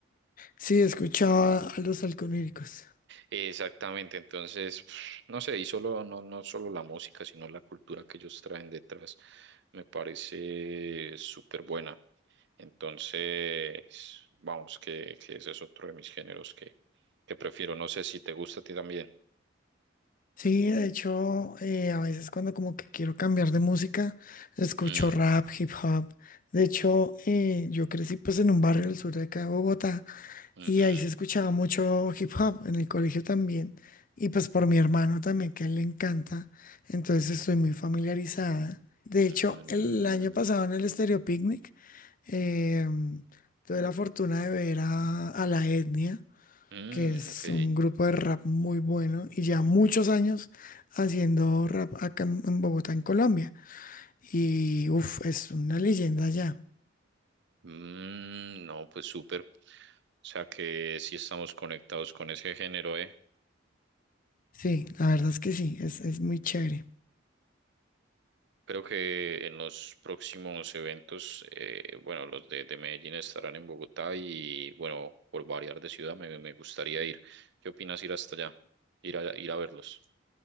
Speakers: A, on the left; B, on the right.
A: Sí, escuchaba a los alcohólicos.
B: Exactamente, entonces, <sniffs> no sé, y solo, no, no solo la música, sino la cultura que ellos traen detrás me parece súper buena. Entonces, vamos, que, que ese es otro de mis géneros que, que prefiero. No sé si te gusta a ti también.
A: Sí, de hecho, eh, a veces cuando como que quiero cambiar de música, escucho
B: Mm.
A: rap, hip hop. De hecho, eh, yo crecí pues en un barrio del sur de acá de Bogotá
B: Ujú.
A: y ahí se escuchaba mucho hip hop, en el colegio también. Y pues por mi hermano también, que a él le encanta. Entonces estoy muy familiarizada. De
B: Mm,
A: hecho, el año pasado en el Stereo Picnic, em, tuve la fortuna de ver a, a La Etnia
B: mm,
A: que es
B: ok.
A: un grupo de rap muy bueno y ya muchos años haciendo rap acá en en Bogotá, en Colombia. Y uff, es una leyenda ya.
B: Mm, no, pues súper. O sea que sí estamos conectados con ese género, ¿eh?
A: Sí, la verdad es que sí, es, es muy chévere.
B: Creo que en los próximos eventos, eh, bueno, los de, de Medellín estarán en Bogotá y, bueno, por variar de ciudad me, me gustaría ir. ¿Qué opinas ir hasta allá? Ir a, ir a verlos.